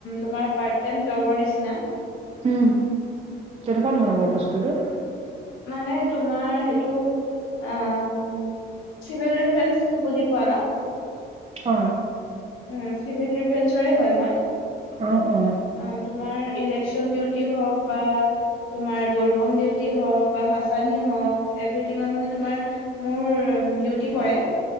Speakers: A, on the left (about 80°); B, on the right (about 30°).
A: তোমাৰ পাৰ্ট টাইম জবৰ নিচিনা।
B: উম তেনেকুৱা ধৰণৰ বা বস্তুটো।
A: মানে তোমাৰ সেইটো অম চিভিল ডিফেন্সটো বুজি পোৱা ন।
B: অ।
A: উম চিভিল ডিফেঞ্চৰে হয় মই।
B: অ অ
A: তোমাৰ ইলেকশচন ডিউটি হওক বা তোমাৰ বলবম ডিউটি হওক বা ভাচানি হওক, এভ্ৰিথিঙত মানে তোমাৰ মোৰ ডিউটি পৰে।